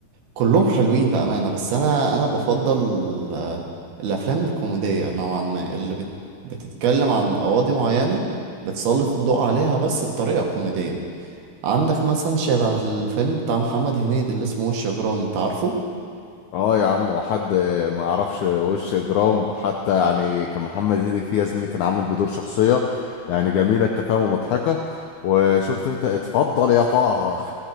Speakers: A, on the right; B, on the left.
A: كلهم حلوين بأمانة بس أنا أنا بفضل آه، الأفلام الكوميدية نوعا ما اللي بت بتتكلم عن قواضي معينة بتسلط الضوء عليها بس بطريقة كوميدية عندك مثلا شبه الفيلم بتاع محمد هنيدي اللي اسمه وش إجرام أنت عارفه؟
B: اه يا عم وحد ما يعرفش وش جرام حتى يعني كان محمد هنيدي فيه يا زميلي كان عامل بدور شخصية يعني جميلة التفاهم ومضحكة وشفت انت اتفضل يا طه <laughs>